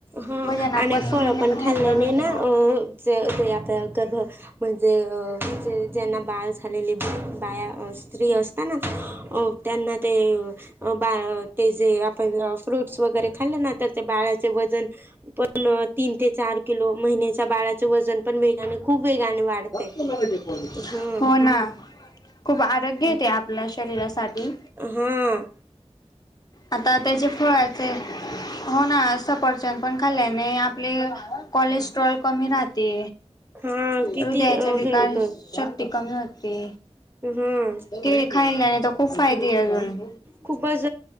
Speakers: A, on the right; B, on the left.
A: ह
B: वजन आपण
A: आणि फळ
B: म्हणजे
A: पण खाल्ल्याने
B: नियंत्रण होते
A: ना, अ ते आता गर्भ म्हणजे म्हणजे ज्यांना बाळ झालेली बाया, स्त्री असता ना, त्यांना ते अ बाळ ते जे आपण फ्रूट्स वगैरे खाल्लं ना. तर ते बाळाचे वजन पण तीन ते चार किलो. महिन्याच्या बाळाचे वजन पण वेगाने खूप वेगाने वाढते.
B: हो
A: हा
B: ना. खूप आरोग्यते आपल्या शरीरासाठी.
A: ह.
B: आता त्याचे फळाचे होणा. सफरचंद पण खाल्याने आपले कॉलेश ट्रोल कमी राहते.
A: हा किती
B: हृदयाच्या
A: अ,
B: विकार
A: हे होतं
B: शक्ती कमी होते.
A: हा
B: केळी खायल्याने तर खूप फायदेय अजून.
A: खूपच